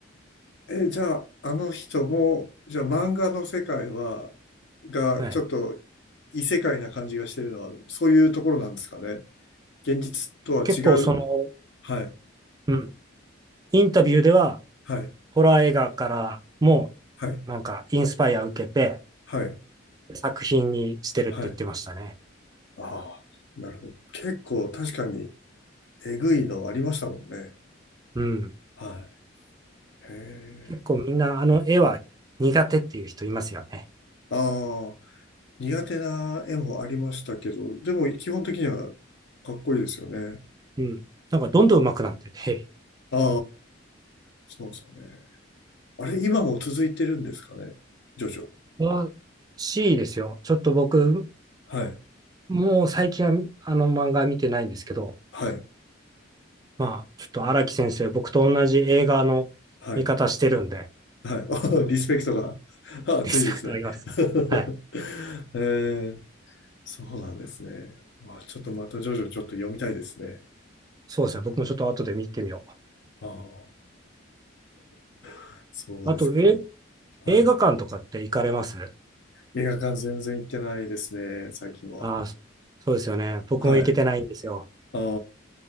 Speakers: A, on the left (about 60°); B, on the right (about 20°).
A: いえ、じゃあ、あの人も、じゃあ漫画の世界は、が、
B: はい。
A: ちょっと異世界な感じがしてるのは、そういうところなんですかね。現実とは違う。
B: 結構、その、
A: はい。
B: うん、インタビューでは、
A: はい。
B: ホラー映画からも、
A: はい。
B: なんか、インスパイア受けて、
A: はい。
B: 作品にしてるって言ってましたね。
A: はい。ああ、なるほど。結構確かにえぐいのありましたもんね。
B: うん。
A: はい。へ
B: 結構みんなあの絵は苦手っていう人いますよね。
A: え。ああ、苦手な絵もありましたけど、でも基本的にはかっこいいですよね。
B: うん。なんかどんどん上手くなってて、
A: ああ、そうですよね。あれ、今も続いてるんですかね。ジョジョ。
B: らしいですよ。ちょっと僕、
A: はい。
B: もう最近はあの漫画見てないんですけど、
A: はい。
B: まあ、ちょっと荒木先生、僕と同じ映画の見方してるんで、
A: はい。はい。<laughs> リスペクトが
B: <laughs>
A: <laughs> 熱いですね。
B: リスペクトあります。
A: <laughs>
B: はい。
A: えー、そうなんですね。まあ、ちょっとまたジョジョちょっと読みたいですね。
B: そうですね。僕もちょっと後で見てみよ
A: ああ、<laughs> そうですか。
B: う。あと、え、
A: はい。
B: 映画館とかって行かれます
A: 映画館全然行ってないですね、最近は。
B: ああ、そうですよね。僕も行けてないんですよ。
A: はい。ああ、